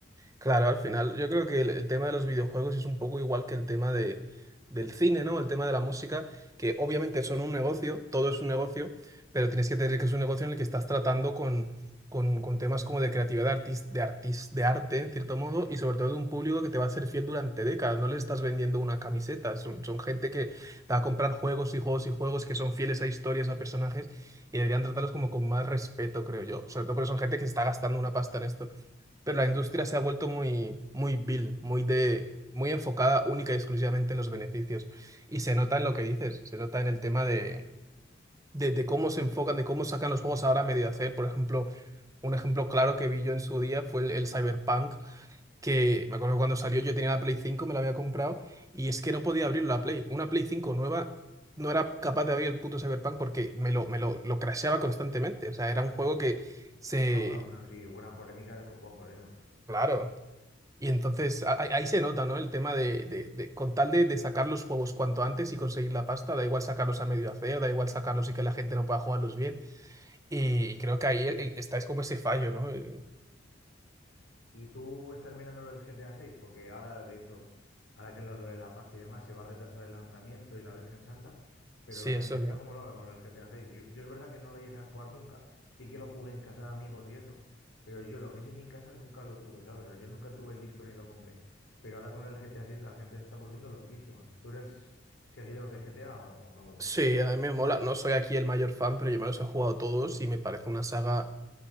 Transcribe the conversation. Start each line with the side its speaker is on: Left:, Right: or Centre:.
Right: Claro, al final yo creo que el, el tema de los videojuegos es un poco igual que el tema de, del cine, ¿no? El tema de la música, que obviamente son un negocio, todo es un negocio, pero tienes que tener que es un negocio en el que estás tratando con, con, con temas como de creatividad artis- de, artis- de arte, en cierto modo, y sobre todo de un público que te va a ser fiel durante décadas. No le estás vendiendo una camiseta, son, son gente que te va a comprar juegos y juegos y juegos que son fieles a historias, a personajes, y deberían tratarlos como con más respeto, creo yo, sobre todo porque son gente que se está gastando una pasta en esto pero la industria se ha vuelto muy, muy vil, muy de, muy enfocada única y exclusivamente en los beneficios. Y se nota en lo que dices, se nota en el tema de, de, de cómo se enfocan, de cómo sacan los juegos ahora a medio hacer. Por ejemplo, un ejemplo claro que vi yo en su día fue el, el Cyberpunk, que me acuerdo que cuando salió yo tenía la Play cinco me la había comprado, y es que no podía abrir la Play. Una Play 5 nueva. No era capaz de abrir el puto Cyberpunk porque me lo, me lo, lo crasheaba constantemente. O sea, era un juego que se,
Left: Ah, bueno, claro, sí, buena polémica del copón con eso.
Right: Claro, Y entonces a- ahí ahí se nota, ¿no? El tema de, de- de- con tal de, de sacar los juegos cuanto antes y conseguir la pasta, da igual sacarlos a medio hacer, da igual sacarlos y que la gente no pueda jugarlos bien. Y, creo que ahí eh, está es como ese fallo, ¿no? Eh,
Left: ¿Y tú estás mirándolo el GTA seis Porque ahora, de hecho, ahora que es lo de la pasta y demás, se va a retrasar el lanzamiento y la Virgen Santa, pero
Right: Sí,
Left: la
Right: eso
Left: gente está
Right: bien.
Left: como loca con lo del GTA seis Yo, yo es verdad que no lo llegué a jugar nunca, sí que lo jugué en casa de amigos y eso, pero yo lo que es en mi casa nunca lo tuve, ¿sabes? O sea, yo nunca tuve el disco ni lo compré. Pero ahora con el GTA seis la gente se está volviendo loquísima. ¿Tú eres seguidor de GTA o no mucho?
Right: Sí, a mí me mola. No soy aquí el mayor fan, pero yo me los he jugado todos y me parece una saga